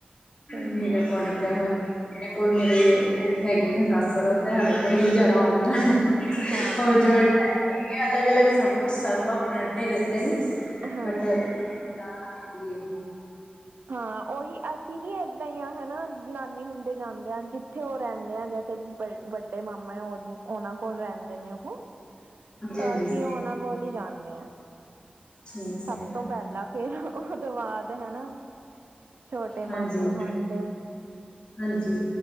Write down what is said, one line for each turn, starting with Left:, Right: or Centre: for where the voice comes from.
Right: ਸਹੀ
Left: ਮੇਰੇ
Right: ਹੈ
Left: ਐਕਾਰਡਿੰਗ ਤੇ ਏਹੋ ਮੇਰੇ ਕੋਲ ਮੇਰੇ ਹੈਗੇ ਨੇ ਸਸ ਸੱਸੁਰ ਤੇ ਸਾਡੇ ਕੋਲ ਹੀ ਜਿਆਦਾ ਓਣ ਜਾਣ।
Right: ਹਾਂ
Left: ਹੋਰ
Right: ਹਾਂ
Left: ਜੋ ਅਲਗ ਅਲੱਗ ਸਭ ਉਹ ਸਭ ਆਪਣੇ-ਆਪਣੇ ਰਹਿੰਦੇ ਨੇ।
Right: ਹਾਂ
Left: ਬਟ ਵਧੀਆ।
Right: ਹਾਂ ਉਹੀ ਅਸੀਂ ਵੀ ਏਦਾਂ ਹੀ ਹਨਾ, ਨਾਨੀ ਹੁੰਦੇ ਜਾਂਦੇ ਆ। ਜਿੱਥੇ ਉਹ ਰਹਿੰਦੇ ਆ। ਜੈਸੇ ਬ ਵੱਡੇ ਮਾਮਾ ਉਹ ਉਹਨਾਂ ਕੋਲ ਰਹਿੰਦੇ ਨੇ ਉਹ। ਹੈ ਤਾਂ
Left: ਹਾਂਜੀ
Right: ਅਸੀਂ ਉਹਨਾਂ ਕੋਲ ਹੀ ਜਾਂਦੇ ਹਾਂ।
Left: ਠੀਕ
Right: ਸਭ
Left: ਹੈ
Right: ਤੋਂ ਪਹਿਲਾਂ ਫੇਰ ਉਹ ਤੋਂ ਬਾਅਦ ਹੈ ਨਾ ਛੋਟੇ
Left: ਹਾਂਜੀ
Right: ਮਾਮੇ ਹੁੰਦੇ।
Left: ਹਾਂਜੀ।